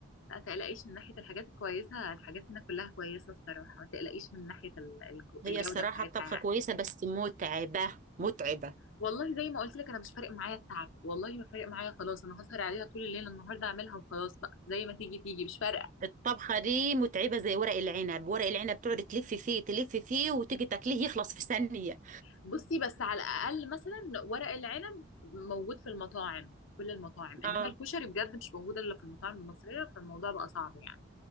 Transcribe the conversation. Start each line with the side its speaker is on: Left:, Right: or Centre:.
Left: لا تقلقيش من ناحيه الحاجات الكويسه الحاجات هنا كلها كويسه الصراحه ما تقلقيش من ناحيه ال- الجو-
Right: هي
Left: الجوده
Right: الصراحه
Left: بتاعتها
Right: الطبخه
Left: يعني
Right: كويسه بس متعبه متعبه
Left: والله زي ما قلت لك انا مش فارق معايا التعب والله ما فارق معايا خلاص انا هسهر عليها طول الليل النهارده اعملها وخلاص بقى زي ما تيجي تيجي مش فارقه
Right: الطبخه دي متعبه زي ورق العنب ورق العنب تقعد تلف فيه تلف فيه وتيجي تاكليه يخلص في ثانيه
Left: بصي بس على الاقل مثلا ورق العنب موجود في المطاعم في كل المطاعم
Right: اه
Left: انما الكشري بجد مش موجود الا في المطاعم المصريه فالموضوع بقى صعب يعني